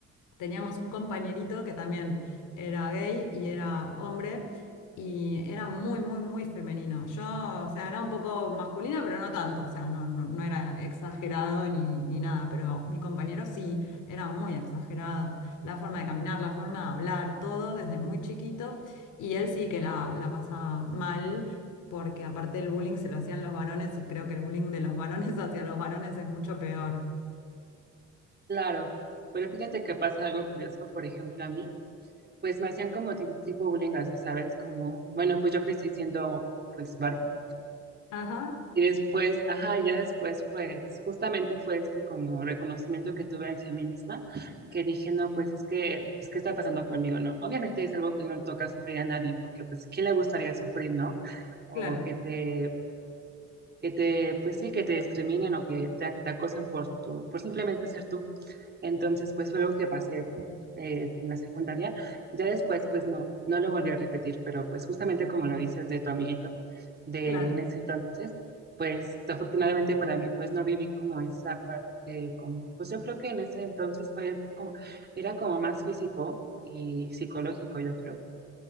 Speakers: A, on the left; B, on the right.
A: teníamos un compañerito que también era gay y era hombre y era muy, muy, muy femenino. Yo, o sea, era un poco masculina, pero no tanto, o sea, no, no, no era exagerado ni, ni nada, pero mi compañero sí, era muy exagerado la forma de caminar, la forma de hablar, todo desde muy chiquito. Y él sí que la, la pasaba mal, porque aparte el bullying se lo hacían los varones y creo que el bullying de los varones <laughs> hacia los varones es mucho peor.
B: claro. Pero fíjate que pasa algo curioso, por ejemplo, a mí, pues me hacían como ti- tipo bullying así, ¿sabes? Como, bueno, pues yo crecí siendo, pues, varón.
A: Ajá,
B: Y después, ajá, ya después, pues, justamente fue este como reconocimiento que tuve hacia mí misma, que dije, no, pues es que, pues, ¿qué está pasando conmigo, no? Obviamente es algo que no le toca sufrir a nadie, porque, pues, ¿quién le gustaría sufrir, no? O
A: claro,
B: que te que te, pues sí, que te discriminen o que te, te acosen por tu, por simplemente ser tú. Entonces, pues fue algo que pasé eh, en la secundaria. Ya después, pues no, no lo volví a repetir, pero pues justamente como lo dices de tu amiguito de
A: claro.
B: en ese entonces, pues afortunadamente para mí, pues no viví como esa parte, como, pues yo creo que en ese entonces fue como, era como más físico y psicológico, yo creo.